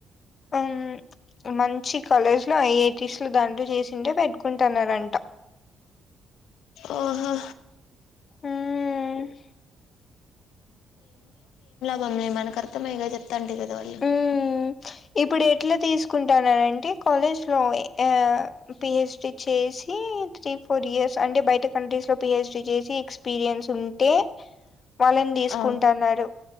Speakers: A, on the left; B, on the left.
A: ఆ మంచి కాలేజ్ లో ఐఐటిస్ దాంట్లో చేసుంటే పెట్టుకుంటున్నారంట.
B: ఒహా
A: ఉమ్
B: వాల్ల మనకు అర్థమయ్యేలా చెప్తాంటే కదా వాళ్ళు
A: ఉమ్ ఇప్పుడు ఎట్లా తీసుకుంటాన్నరంటే కాలేజ్ లో అ పిహెచ్డి చేసి త్రీ ఫోర్ ఇయర్స్ అంటే బయట కంట్రీస్ లో పిహెచ్డి చేసి ఎక్స్పీరియన్స్ ఉంటే వాళ్ళని తీసుకుంటన్నారు.
B: ఆ